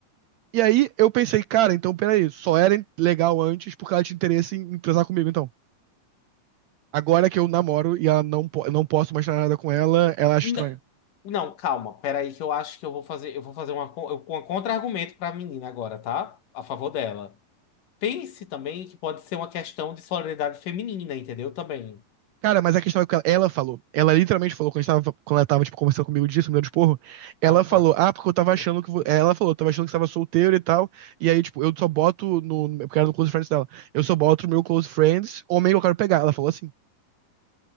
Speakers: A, on the right; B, on the left.
A: E aí eu pensei, cara, então peraí, só era legal antes porque ela tinha interesse em, em transar comigo, então. Agora que eu namoro e ela não, po- eu não posso mais fazer nada com ela, ela acha
B: N-
A: estranho.
B: Não, calma, peraí que eu acho que eu vou fazer, eu vou fazer uma, co- eu- um contra-argumento pra menina agora, tá? A favor dela. Pense também que pode ser uma questão de solidariedade feminina, entendeu? Também.
A: Cara, mas a questão é que ela, ela falou. Ela literalmente falou, quando, a gente tava, quando ela tava, tipo, conversando comigo disso, me dando de porro, ela
B: Ah, tá.
A: falou, ah, porque eu tava
B: <laughs>
A: achando que... vo-" Ela falou, eu tava achando que você tava solteiro e tal, e aí, tipo, eu só boto no... no- Porque era no Close Friends dela. Eu só boto no meu Close Friends, homem que eu quero pegar. Ela falou assim.